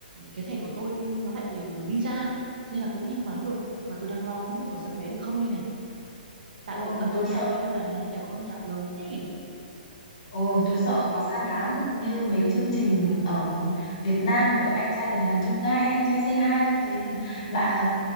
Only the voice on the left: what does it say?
ừ,
tôi
sợ
Ồ, tôi sợ khó săn lắm như mấy chương trình ở Việt Nam kiểu anh trai vượt ngàn chông gai hay anh trai say hi tôi thấy còn bạn